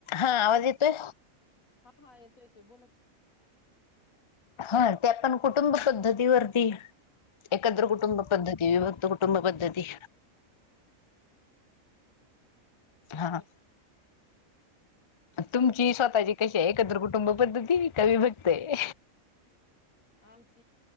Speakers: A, on the left; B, on the left.
A: हा आवाज येतोय?
B: हा हा येतोय येतोय बोला की.
A: हा ते पण कुटुंब पद्धतीवरती एकत्र कुटुंब
B: हा
A: पद्धती विभक्त कुटुंब पद्धती हा
B: बोल.
A: तुमची स्वतःची कशी हाय एकत्र कुटुंब पद्धती काय विभक्त तय.
B: आमची